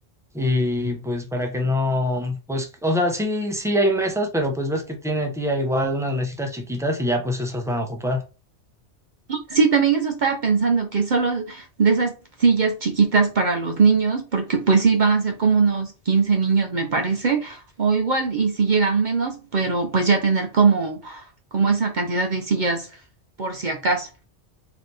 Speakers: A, in the centre; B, on the right.
A: y pues para que no, pues o sea, sí, sí hay mesas, pero pues ves que tiene tía igual unas mesitas chiquitas y ya pues esas van a ocupar.
B: Sí, también eso estaba pensando, que solo de esas sillas chiquitas para los niños, porque pues sí van a ser como unos 15 niños, me parece, o igual, y si llegan menos, pero pues ya tener como, como esa cantidad de sillas por si acaso.